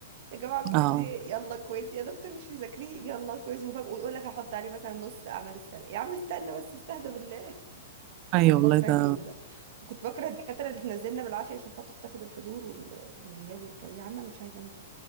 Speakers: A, on the right; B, on the right.
A: يا جماعة كويز
B: اه
A: ايه يلا كويز يا دكتور مش مذاكرين يلا كويز مفاجأة ويقول لك هحط عليه مثلا نص اعمال السنة يا عم استنى بس استهدى بالله <laughs>
B: ايوه والله
A: بكره اليوم
B: ده
A: ده وكنت بكره الدكاترة اللي تنزلنا بالعافية عشان خاطر تاخد الحضور وال- والغياب والكلام يا عم انا مش عايزة انزل